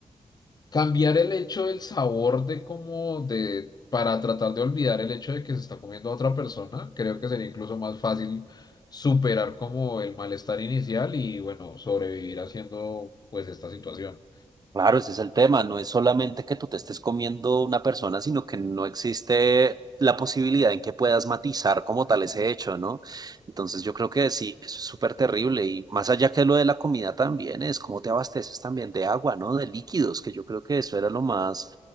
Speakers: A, on the left; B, on the right.
A: cambiar el hecho del sabor de como de para tratar de olvidar el hecho de que se está comiendo a otra persona, creo que sería incluso más fácil superar como el malestar inicial y bueno, sobrevivir haciendo pues esta situación.
B: Claro, ese es el tema. No es solamente que tú te estés comiendo una persona, sino que no existe la posibilidad en que puedas matizar como tal ese hecho, ¿no? Entonces yo creo que sí, eso es súper terrible. Y más allá que lo de la comida también es cómo te abasteces también de agua, ¿no? De líquidos, que yo creo que eso era lo más,